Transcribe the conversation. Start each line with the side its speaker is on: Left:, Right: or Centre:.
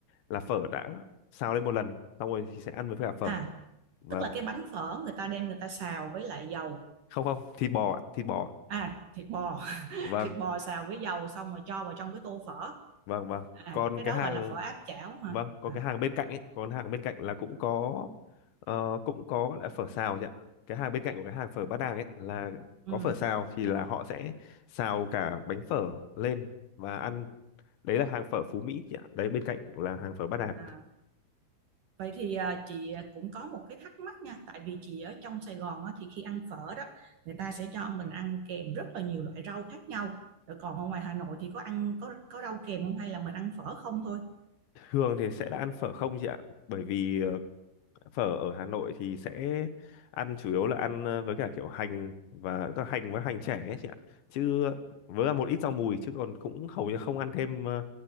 Left: là phở đã xào lên một lần xong rồi thì sẽ ăn với cả phở
Right: à
Left: vâng
Right: tức là cái bánh phở người ta đem người ta xào với lại dầu
Left: không không thịt bò ạ thịt bò ạ.
Right: à thịt bò <laughs>
Left: vâng
Right: thịt bò xào với dầu xong rồi cho vào trong cái tô phở
Left: vâng vâng
Right: à
Left: còn
Right: cái đó
Left: cái hàng
Right: gọi là phở áp chảo hả
Left: Vâng, còn
Right: à
Left: cái hàng bên cạnh ấy, còn hàng bên cạnh là cũng có ờ, cũng có là phở xào chị ạ. Cái hàng bên cạnh của cái hàng phở Bát Đàng ấy là
Right: ừ
Left: có phở xào thì là họ sẽ xào cả bánh phở lên và ăn. Đấy là hàng phở Phú Mỹ chị ạ. Đấy bên cạnh là hàng phở Bát Đàn.
Right: à vậy thì à, chị cũng có một cái thắc mắc nha tại vì chị ở trong Sài Gòn á, thì khi ăn phở đó người ta sẽ cho mình ăn kèm rất là nhiều loại rau khác nhau rồi còn ở ngoài Hà Nội thì có ăn có có rau kèm không hay là mình ăn phở không thôi
Left: Thường thì sẽ là ăn phở không chị ạ. Bởi vì ờ, phở ở Hà Nội thì sẽ ăn chủ yếu là ăn ờ, với cả kiểu hành và tức là hành với hành trẻ ấy chị ạ. Chứ với là một ít rau mùi chứ còn cũng hầu như không ăn thêm ờ,